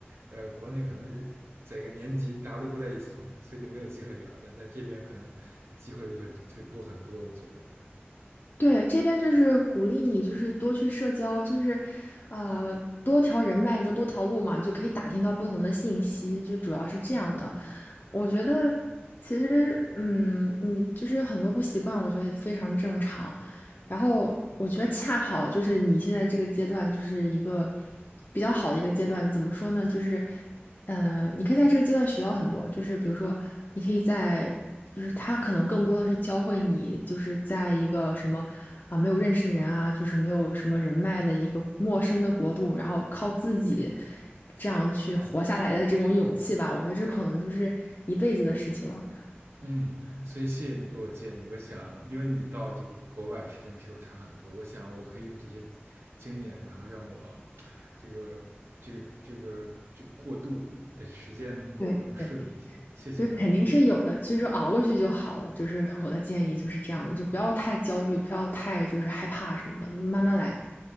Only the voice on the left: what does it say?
对，这边就是鼓励你，就是多去社交，就是，呃，多条人脉，你就多条路嘛，你就可以打听到不同的信息，就主要是这样的。我觉得其实，嗯，你就是有很多不习惯，我觉得非常正常。然后我觉得恰好就是你现在这个阶段，就是一个比较好的一个阶段。怎么说呢？就是。嗯，你可以在这个阶段学到很多，就是比如说，你可以在，就是他可能更多的是教会你，就是在一个什么啊没有认识人啊，就是没有什么人脉的一个陌生的国度，然后靠自己这样去活下来的这种勇气吧。我觉得这可能就是一辈子的事情了。
对对，
就肯定是有的，所以说熬过去就好了。就是我的建议就是这样的，就不要太焦虑，不要太就是害怕什么的，就慢慢来，